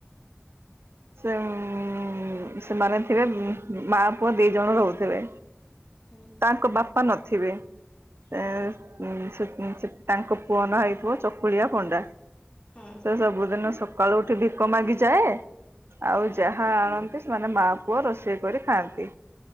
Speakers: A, on the right (about 80°); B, on the left (about 30°).
A: ଉଁ ସେମାନେ ଥିବେ ମା ପୁଅ ଦି ଜଣ ରହୁଥିବେ।
B: ହୁଁ
A: ତାଙ୍କ ବାପା ନଥିବେ <inaudible> ଆ
B: ହୁଁ
A: ଉଂ ଉଁ ତାଙ୍କ ପୁଅ ନାଁ ହେଇଥିବ ଚକୁଳିଆ ପଣ୍ଡା।
B: ହୁଁ
A: ସେ ସବୁଦିନ ସ ସକାଳୁ ଉଠି ଭିକ ମାଗିଯାଏ ଆଉ
B: ହୁଁ
A: ଯାହା ସେମାନେ ମା ପୁଅ ରୋଷେଇ କରି ଖାଆନ୍ତି